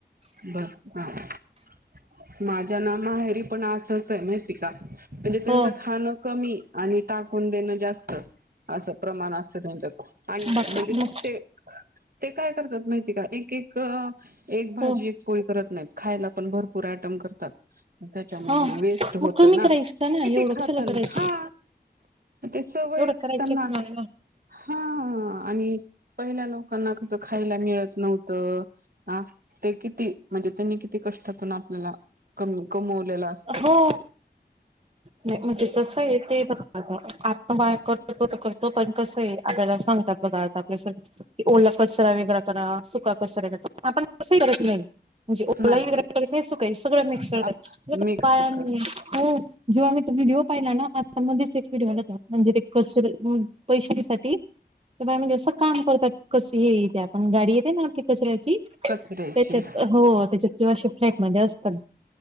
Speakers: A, on the right; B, on the right.
A: बर ह माझ्या ना. माहेरी पण असच आहे माहिती का म्हणजे त्यांच
B: हो
A: खाण. कमी आणि टाकून देणं जास्त असं प्रमाण असतं त्यांचत. आणि
B: बघ
A: म्हणजे
B: मग
A: ते. ते काय करतात माहिती का एक एक एक भाजी
B: हो
A: एक पोळी करत नाहीत खायला पण भरपूर. भारपूर ऍटम करतात. त्याच्यामूळ
B: हा
A: ना वेस्ट
B: मग
A: होत
B: कमी
A: ना
B: करायचं ना
A: किती
B: एवढं
A: खातना
B: कशाला करायचं
A: हा. ते सवयच
B: एवढं करायचंच
A: त्यांना
B: नाही ना
A: हा हा आणि पहिल्या लोकांना कसं खायला मिळत नव्हतं. हा ते किती म्हणजे त्यांनी किती कष्टातून आपल्याला कमवलेल असते.
B: हो नाही म्हणजे जस ऐकक अ आपण बाय करतो तर करतो पण कसये आपल्याला सांगतात बघा आता आपले सग की ओला कचरा वेगळा करा सुका कचरा वेगळा आपण कसंही करत नाही. म्हणजे ओलाही
A: नाही नाही
B: <unintelligible> सगळ मिक्स व्हायलय.
A: आप मिक्स कर
B: <unintelligible> जेव्हा मी तो व्हिडिओ पाहिला ना <unintelligible> सेफ व्हिडिओ त्याचा म्हणजे ते कॉन्स्टेबल होऊन पैशांच्या पाठी ते बाय म्हणजे कसं काम करतात कस ही त्या आपण गाडी येते ना आपली कचऱ्याची
A: कचऱ्याची
B: त्याच्यात हो त्याच्यात किंवा असे फ्लॅट मध्ये असतात